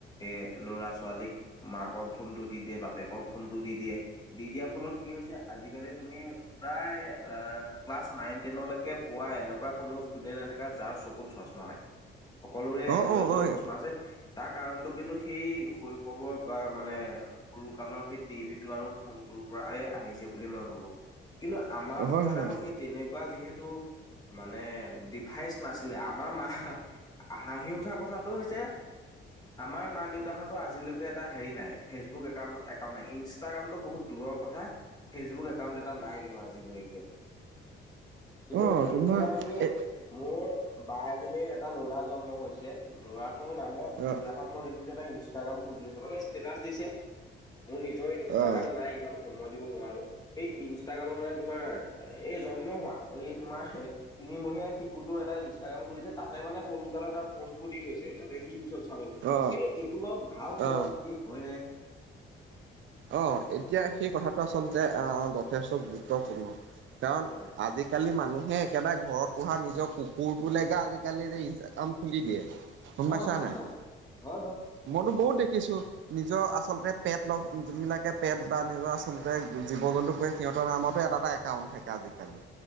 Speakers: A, on the left; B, on the right.
A: এ ল'ৰা ছোৱালীক মাকৰ ফোনতটো দি দিয়ে বাপেকৰ ফোন টো দি দিয়ে দি দিয়াৰ ফলত কি হৈছে আজিকালি তুমি প্ৰায় ক্লাছ নাইন টেনলৈকে পোৱা এনেকুৱা কোনো ষ্টুডেন্ট নাথাকে যাৰ চকু ক'ত চছমা নাই সকলোৰে
B: অ
A: এযোৰ
B: অ
A: এযোৰ
B: অ
A: চছমা যে তাৰ কাৰণটো কিন্তু সেই শৈশৱৰ বা মানে সৰুকালৰ সেই টিভি টো আৰু ফোনটোৰ পা আহিছে বুলি মই ভাবো, কিন্তু আমাৰ সময়ত
B: হয় হয়
A: আকৌ সেই তেনেকুৱা যিহেতু মানে ডিভাইচ নাছিলে আমাৰ মা হাঁহি উঠা কথাটো হৈছে আমাৰ মা, দেউতাৰ হুটৰ আজিলৈকে এটা হেৰি নাই ফেচবুক একাউন একাউন ই ইনষ্টাগ্ৰামটো বহুত দূৰৰ কথা ফেচবুক একাউণ্ট এটা নাই কিন্তু আজিলৈকে। কিন্তু
B: অ তোমাৰ
A: এতিয়া তুমি
B: এ
A: মোৰ বা এজনীৰ এটা লৰা জন্ম হৈছে ল'ৰাটোৰ নামত সিদিনাখন
B: অ
A: মই দেখিছো এটা ইনষ্টাগ্ৰাম খুলিছে মানে ষ্টেটাচ দিছে মোৰ নিজৰ ইনষ্টাগ্ৰাম
B: অ
A: নাই ইমান। সময় দিব নোৱাৰো, এই ইনষ্টাগ্ৰামৰ মানে তোমাৰ এই জন্ম হোৱা এই তোমাৰ তিনিমহীয়া শিকুটোৰ এটা ইনষ্টাগ্ৰাম খুলিছে তাতে মানে সৰু কালৰ তাৰ পোষ্টবোৰ দি থৈছে যাতে সি পিছত চালোঁগৈ
B: অ
A: কিন্তু এইটো বাৰু ভাল সংস্কৃতি
B: অ
A: হয় নে।
B: অ', এতিয়া সেই কথাটো আচলতে আহ জেষ্টটো দুটোপূৰ্ণ কাৰণ
A: উম
B: আজি আজি কালি মানুহে একেবাৰে ঘৰত পূহা নিজৰ কুকুৰটো লোকে আজিকালি যে ইনস্থাগ্ৰাম খুলি দিয়ে। গম
A: হয়
B: পইচা
A: হয়
B: নাই,
A: হয় হয়
B: মইতো বহুত দেখিছো নিজৰ আচলতে পেট লগ যোনবিলাকে পেট বা নিজৰ আচলতে জীৱ জন্তু সিহঁতৰ নামতো এটা এটা একাউণ্ট থাকে আজিকালি।